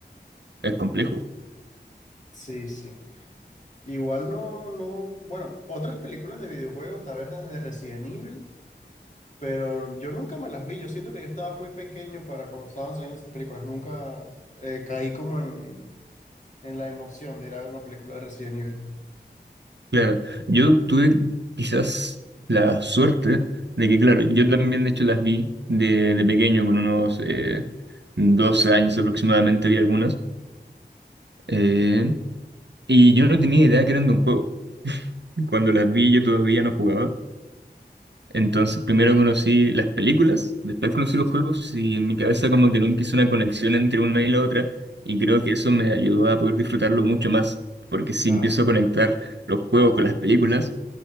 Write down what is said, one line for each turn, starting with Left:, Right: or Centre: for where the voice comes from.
Right: es complejo.
Left: sí, sí. Igual no, no, bueno, otras películas de videojuegos, tal vez las de Resident Evil, pero yo nunca me las vi. Yo siento que yo estaba muy pequeño para cuando estaban saliendo esas películas. Nunca eh, caí como en, en la emoción de ir a ver una película de Resident Evil.
Right: Claro, yo tuve quizás la suerte de que, claro, yo también de hecho las vi de, de pequeño, con unos eh, 12 años aproximadamente vi algunas, eh, y yo no tenía idea que eran de un juego. Cuando las vi yo todavía no jugaba, entonces primero conocí las películas, después conocí los juegos y en mi cabeza como que nunca hice una conexión entre una y la otra, y creo que eso me ayudó a poder disfrutarlo mucho más, porque si
Left: Claro,
Right: empiezo
Left: claro.
Right: a conectar los juegos con las películas,